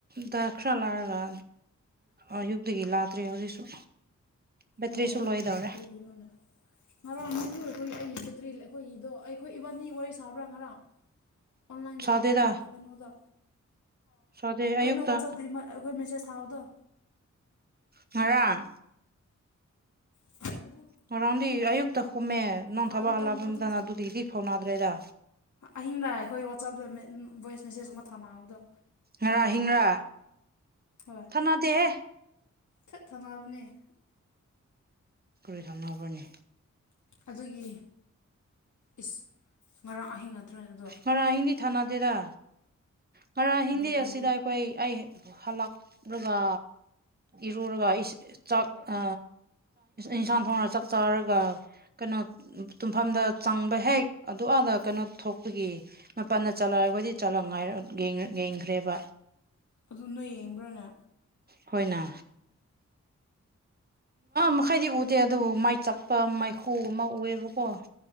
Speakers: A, on the right; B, on the left.
A: ꯇ ꯈꯔ ꯂꯥꯛꯔꯒ ꯑꯌꯨꯛꯇꯒꯤ ꯂꯥꯛꯇ꯭ꯔꯦ ꯍꯧꯖꯤꯛꯁꯨ ꯕꯦꯇ꯭ꯔꯤꯁꯨ
B: ꯑꯣ
A: ꯂꯣꯏꯗꯧꯔꯦ
B: ꯀꯔꯤꯒꯤꯅꯣꯅꯦ ꯉꯔꯥꯡ ꯑꯅꯤꯗ ꯑꯩꯈꯣꯏ ꯑꯩꯒꯤ ꯕꯦꯇ꯭ꯔꯤ ꯑꯩꯈꯣꯏꯒꯤꯗꯣ ꯑꯩꯈꯣꯏ ꯏꯕꯥꯅꯤ ꯋꯥꯔꯤ ꯁꯥꯕ꯭ꯔꯥ ꯉꯔꯥꯡ ꯑꯣꯟꯂꯥꯏꯟꯗꯔ
A: ꯁꯥꯗꯦꯗ
B: ꯑꯣꯐꯂꯥꯏꯟ ꯀꯩꯅꯣꯗ
A: ꯁꯥꯗꯦ ꯑꯌꯨꯛꯇ
B: ꯀꯩꯅꯣ ꯋꯥꯆꯞꯗꯤꯩ ꯑꯩꯈꯣꯏ ꯃꯦꯁꯦꯁ ꯊꯥꯕꯗꯣ
A: ꯉꯔꯥꯡ
B: <unintelligible>
A: ꯉꯔꯥꯡꯗꯤ ꯑꯌꯨꯛꯇ ꯈꯨꯝꯃꯦ ꯅꯪ
B: ꯊꯥꯔꯤꯀꯥꯟ
A: ꯊꯕꯛ ꯍꯜꯂꯛꯄ
B: ꯑꯗꯨ
A: ꯃꯇꯝꯗ ꯑꯗꯨꯗꯒꯤꯗꯤ ꯐꯥꯎꯅꯗ꯭ꯔꯦꯗ
B: ꯑꯍꯤꯡꯗ ꯑꯩꯈꯣꯏ ꯋꯥꯆꯞꯇ ꯚꯣꯏꯁ ꯃꯦꯁꯦꯖ ꯑꯃ ꯊꯥꯅꯕꯗꯣ
A: ꯉꯔꯥꯡ ꯑꯍꯤꯡꯔꯥ
B: ꯍꯣꯏ
A: ꯊꯥꯟꯅꯗꯦꯍꯦ
B: ꯊꯠ ꯊꯅꯥꯕꯅꯦ
A: ꯀꯔꯤ ꯊꯝꯅꯕꯅꯤ
B: ꯑꯗꯨꯒꯤ ꯏꯁ ꯉꯔꯥꯡ ꯑꯍꯤꯡ ꯅꯠꯇ꯭ꯔꯅꯦ ꯑꯗꯣ
A: ꯉꯔꯥꯡ ꯑꯍꯤꯡꯗꯤ ꯊꯥꯅꯗꯦꯗ ꯉꯔꯥꯡ ꯑꯍꯤꯡꯗꯤ
B: ꯑꯗꯨꯗꯤ
A: ꯑꯁꯤꯗ ꯑꯩꯈꯣꯏ ꯑꯩ ꯍꯜꯂꯛꯂꯒ ꯏꯔꯨꯔꯒ ꯑꯩ ꯆꯥꯛ ꯑ ꯏꯟꯁꯥꯡ ꯊꯣꯡꯉ ꯆꯥꯛ ꯆꯥꯔꯒ ꯀꯩꯅꯣ ꯇꯨꯝꯐꯝꯗ ꯆꯪꯕ ꯍꯦꯛ ꯑꯗꯨ ꯑꯗ ꯀꯩꯅꯣ ꯊꯣꯛꯄꯒꯤ ꯃꯄꯥꯟꯗ ꯆꯠꯂꯒ ꯑꯩꯈꯣꯏꯗꯤ ꯆꯠꯂ ꯉꯥꯏꯔ ꯌꯦꯡꯈ꯭ꯔꯦꯕ
B: ꯑꯗꯨꯅꯣꯏ ꯌꯦꯡꯕ꯭ꯔꯅꯦ
A: ꯈꯣꯏꯅ ꯃꯈꯥꯏꯗꯤ ꯎꯗꯦ ꯑꯗꯨꯕꯨ ꯃꯥꯏ ꯆꯥꯛꯄ ꯃꯥꯏꯈꯨ ꯑꯃ ꯎꯑꯦꯕꯀꯣ